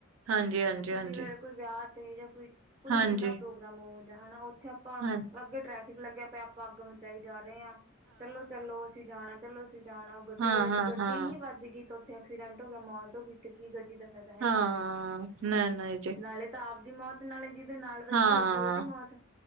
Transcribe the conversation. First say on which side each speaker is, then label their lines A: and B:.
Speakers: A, on the right; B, on the right.
A: ਹਾਂਜੀ-ਹਾਂਜੀ-ਹਾਂਜੀ,
B: ਖੁਸ਼ੀ ਵਜੋਂ। ਕੋਈ ਵਿਆਹ ਤੇ, ਜਾਂ ਕੋਈ, ਕੋਈ
A: ਹਾਂਜੀ
B: ਹੁੰਦਾ
A: ਹਾਂਜੀ,
B: ਪ੍ਰੋਗਰਾਮ ਹੋ। ਜਾਂ ਹਨਾ, ਉੱਥੇ ਆਪਾਂ।
A: ਹਾਂਜੀ,
B: ਅੱਗੇ ਟ੍ਰੈਫਿਕ, ਲੱਗਿਆ ਪਿਆ, ਆਪਾਂ ਅੱਗ ਮਚਾਈ, ਜਾ ਰਹੇ ਹਾਂ। ਚਲੋ-ਚਲੋ, ਅਸੀਂ ਜਾਣਾ, ਚਲੋ ਅਸੀਂ ਜਾਣਾ। ਉਹ ਗੱਡੀ
A: ਹਾਂ-ਹਾਂ-ਹਾਂ,
B: ਦੇ ਵਿੱਚ, ਗੱਡੀ ਹੀ ਵੱਜ ਗਈ। ਐਕਸੀਡੈਂਟ ਹੋ ਗਿਆ। ਮੌਤ ਹੋ ਗਈ। ਤੇ ਕੀ, ਗੱਡੀ ਦਾ ਫਾਇਦਾ ਹੈ,
A: ਹਾਂ
B: ਕੋਈ?
A: ਨਹੀਂ-ਨਹੀਂ ਜੀ
B: ਨਾਲੇ ਤਾ ਆਬ ਦੀ ਮੌਤ, ਨਾਲੇ ਜਿਹਦੇ ਨਾਲ ਵੱਜੀ
A: ਹਾਂ।
B: ਹੋਓਗੀ। ਉਹਦੀ ਮੌਤ,